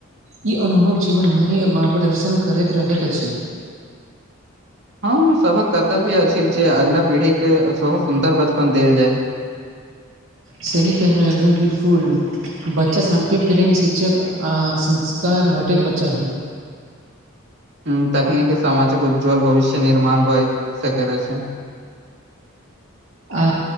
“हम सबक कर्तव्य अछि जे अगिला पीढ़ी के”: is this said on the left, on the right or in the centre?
Right